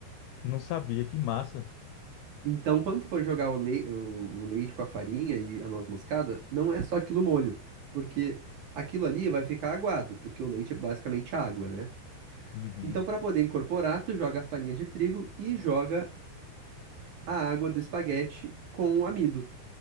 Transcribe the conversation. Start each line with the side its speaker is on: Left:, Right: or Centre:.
Left: não sabia, que massa.
Right: Então, quando tu for jogar o, lei- o- o leite com a farinha e a noz moscada, não é só aquilo molho. Porque aquilo ali vai ficar aguado, porque o leite é basicamente água, né?
Left: Uhum.
Right: Então, para poder incorporar, tu joga a farinha de trigo e joga a água do espaguete com o amido.